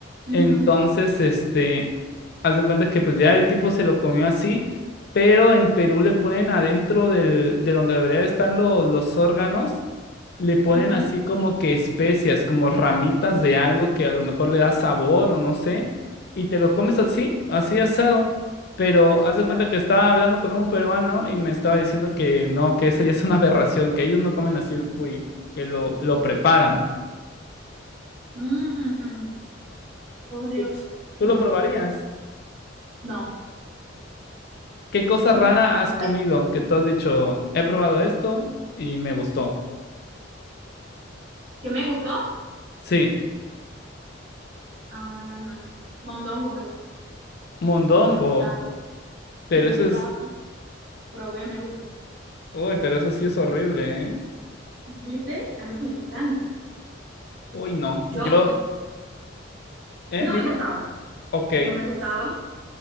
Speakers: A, on the right; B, on the left.
A: Ujú,
B: Entonces, este, haz de cuenta que pues ya el tipo se lo comió así, pero en Perú le ponen adentro del, de donde deberían estar lo- los órganos, le ponen
A: ujú.
B: así como que especias, como ramitas de algo que a lo mejor le da sabor o no sé, y te lo comes así, así asado. Pero haz
A: Mira.
B: de cuenta que estaba hablando con un peruano y me estaba diciendo que no, que eso ya es una aberración, que ellos no comen así el cuy, que lo, lo preparan.
A: Mm, por Dios.
B: ¿Tú
A: No,
B: tú lo probarías?
A: no.
B: ¿Qué cosa
A: mm,
B: rara
A: mm.
B: has comido
A: Eh,
B: que tú has dicho, he probado esto y me gustó?
A: ¿Qué me gustó?
B: Sí,
A: Ah, mondongo me gusta.
B: mondongo,
A: No me gustaba,
B: pero
A: no me
B: eso
A: gustaba.
B: es,
A: Probé, me gusta.
B: uy, pero eso sí es horrible, ¿eh?
A: ¿Viste? A mí me encanta.
B: Uy, no,
A: Yo
B: yo, ¿eh?
A: no
B: Dime,
A: me gustaba,
B: ok.
A: no me gustaba,